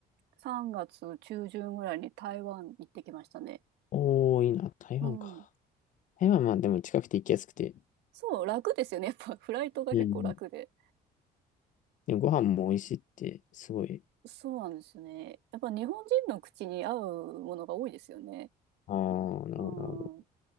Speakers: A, on the right; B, on the left.
A: 3月中旬ぐらいに台湾行ってきましたね。
B: おー、いいな。台湾か。
A: うん。
B: 台湾はまあでも近くて行きやすくて。
A: そう、楽ですよね。やっぱフライトが結構楽で。
B: うん。でもご飯も美味しいって、すごい。
A: そうなんですよね。やっぱ日本人の口に合うものが多いですよね。
B: あー、なるほど、
A: う
B: なるほど。
A: ん。